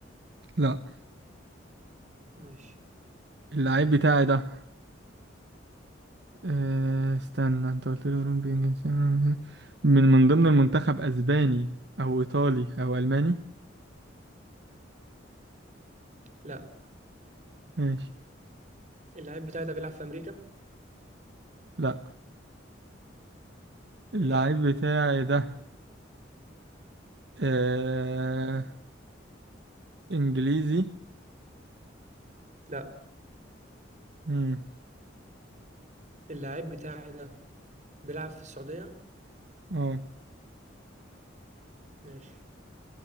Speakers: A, on the right; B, on the right.
A: لا
B: ماشي
A: اللعيب بتاعي ده آه، استنى انت قلت لي هروب بين جنسية من من من ضمن المنتخب اسباني او ايطالي او الماني
B: لا
A: ماشي
B: اللعيب بتاعي ده بيلعب في امريكا
A: لا
B: ماشي
A: اللعيب بتاعي ده آه... انجليزي
B: لا
A: مم.
B: اللعيب بتاعي ده بيلعب في السعودية
A: اه
B: ماشي